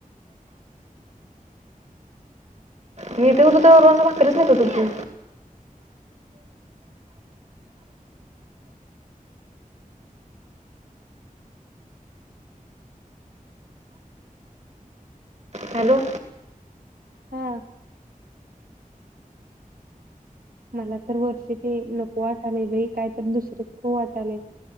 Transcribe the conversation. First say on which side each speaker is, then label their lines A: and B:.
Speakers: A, on the right; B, on the right.
A: मी इथे होतो तव्हा रोज भाकरीच नेहत होतो की हॅलो
B: हा मला तर वर्ष ते नको वाटालय बाई कायतरी दुसर खाऊ वाटालय